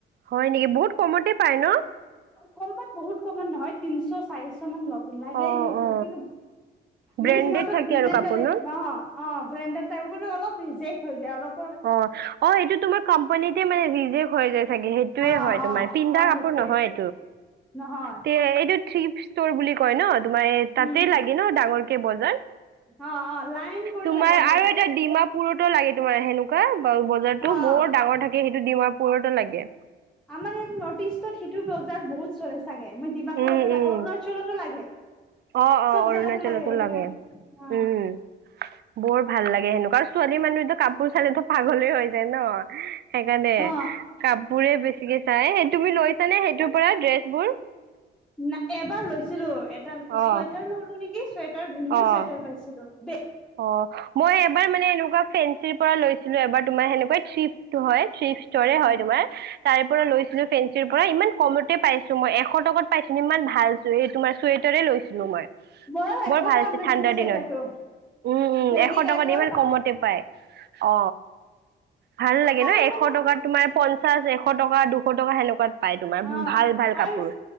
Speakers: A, on the right (about 55°); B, in the centre.
A: হয় নেকি বহুত কমতে পায় ন
B: কমত বহুত কমত নহয় তিনিশ, চাৰিশ কি লাগেই
A: অ
B: সিহঁতৰ
A: অ
B: কিন্তু
A: ব্ৰেণ্ডেড
B: মানে সিহঁতৰ
A: থাকে
B: ডিজাইন
A: আৰু কাপোৰ
B: বেলেগ
A: ন
B: নহ। অ, ব্ৰেণ্ডেড টাইপ গলে অল ৰিজেক হৈ যায় অলপ
A: অ', অ', এইটো তোমাৰ কোম্পানীতে মানে ৰেজেক্ত যায় চাগে সেইটোয়ে
B: অ
A: হয় তোমাৰ
B: অ
A: পিন্ধা
B: অ
A: কাপোৰ
B: সেইটোয়ে
A: নহয়।
B: নহয়
A: তি এইটো থ্ৰী ষ্টৰ বুলি কয় ন তোমাৰ তাতে
B: উম
A: লাগে ন ডাঙৰটো কেই বজাত
B: অ অ লাইন কৰি
A: তোমাৰ
B: লাগে আমাৰ
A: আৰু
B: ইয়াতে
A: এটা ডিমাপুৰতো লাগে তোমাৰ সেনেকুৱা বজাৰতো
B: অ
A: বৰ ডাঙৰ থাকে সেইটো ডিমাপুৰতো লাগে।
B: আমাৰ ইয়াত নৰ্থ ইষ্টত সেইটোৰ বোজা বহুত চলে চাগে মই ডিমাপুৰতো
A: উম উম
B: অৰুণাচলতো লাগে।
A: অ অ
B: চব
A: অৰুণাচলতো
B: জাগাতে এনেকে
A: লাগে
B: অ
A: উম বৰ ভাল লাগে সেনেকুৱা আৰু ছোৱালী মানুহো তো কাপোৰ চালেতো পাগলে হৈ যায় ন সেইকাৰণে
B: অ
A: কাপোৰে বেছিকে চাই সেই তুমি লৈছানে সেইটোৰ পৰা ড্ৰেছবোৰ
B: ন এবাৰ লৈছিলো
A: অ
B: চুৱেটাৰ ললো নেকি চুৱেটাৰ ধুনীয়া
A: অ
B: চুৱেটাৰ পাইছিলো দে
A: অ মই এবাৰ মানে এনেকুৱা ফেঞ্চিৰ পৰা লৈছিলো এবাৰ তোমাৰ সেনেকুৱা্ থ্ৰী প হয় থ্ৰী স্তৰে
B: অ
A: হয় তোমাৰ তাৰ পৰা লৈছিলো ফেনচ চি পৰা ইমান কমতে পাইছো মই এশ টকাত পাইছো ইমান ভাল তোমাৰ চুৱেটাৰে লৈছিলো মই
B: মই একশ
A: বৰ ভাল
B: টকা
A: আছে
B: লৈ
A: ঠাণ্ডাৰ
B: য চুৱেটাৰটো
A: দিনত উম উম
B: বেগী
A: এশ
B: টাইপৰ
A: টকাত ইমান
B: ভাল
A: কমতে
B: লাগে
A: পায় অ ভাল লাগে
B: আৰু
A: ন এশ
B: মানে
A: টকাত তোমাৰ পঞ্চাশ এশ টকা দুশ টকা সেনেকুৱাত পাই তোমাৰ
B: অ
A: ভাল ভাল
B: আৰু
A: কাপোৰ